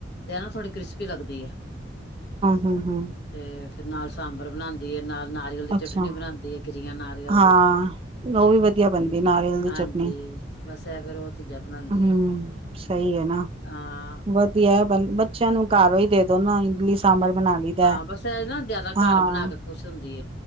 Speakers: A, on the left; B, on the right.
A: ਤੇ ਨਾ ਥੋੜ੍ਹੀ ਕ੍ਰਿਸਪੀ ਲੱਗਦੀ ਹੈ।
B: ਹੂੰ ਹੂੰ
A: ਤੇ ਫਿਰ ਨਾਲ ਸਾਂਬਰ ਬਣਾਉਂਦੀ ਹੈ। ਨਾਲ ਨਾਰੀਅਲ ਦੀ
B: ਅੱਛਾ
A: ਚਟਨੀ ਬਣਾਉਂਦੀ ਹੈ ਗਿਰੀਆਂ ਨਾਰੀਅਲ
B: ਹਾਂ
A: ਦੀ
B: ਉਹ ਵੀ ਵਧੀਆ ਬਣਦੀ ਨਾਰੀਅਲ ਦੀ
A: ਹਾਂਜੀ
B: ਚਟਨੀ
A: ਬਸ ਇਹ ਫੇਰ ਉਹ ਚੀਜ਼ਾਂ ਬਣਾਉਂਦੀ
B: ਹੂੰ ਸਹੀ ਹੈ ਨਾ
A: ਹਾਂ
B: ਵਧੀਆ ਬਣ ਬੱਚਿਆਂ ਨੂੰ ਘਰ ਹੀ ਦੇ ਦੋ ਨਾ ਸਾਂਬਰ ਬਣਾ ਲਈ ਦਾ
A: ਹਾਂ ਬਸ ਇਹ ਨਾ ਜਿਆਦਾ
B: ਹਾਂ
A: ਘਰ ਬਣਾ ਕੇ ਖੁਸ਼ ਹੁੰਦੀ